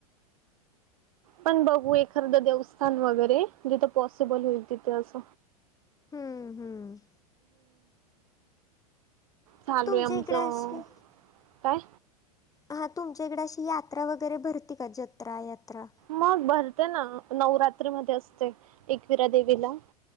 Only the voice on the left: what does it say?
हम्म हम्म,
तुमच्या
इकडे अशी
हा, तुमच्या इकडे अशी यात्रा वगैरे भरती का जत्रा- यात्रा.